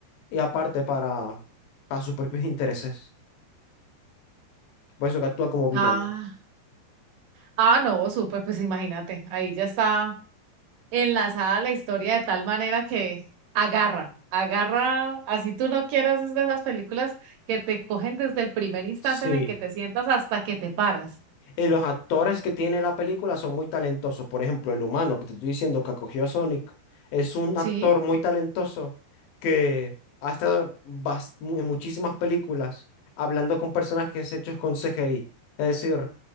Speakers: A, on the left; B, on the right.
A: y aparte para, para sus propios intereses. Por eso que actúa como villano.
B: Ah, ah, no, súper, pues imagínate, ahí ya está enlazada a la historia de tal manera que agarra, agarra, así tú no quieras, es de esas películas que te cogen desde el primer instante
A: Sí,
B: en el que te sientas hasta que te paras,
A: Y los actores que tiene la película son muy talentosos. Por ejemplo, el humano que te estoy diciendo que acogió a Sonic es un
B: ¿sí?
A: actor muy talentoso que ha estado bas- mu- en muchísimas películas hablando con personajes hechos con CGI. Es decir,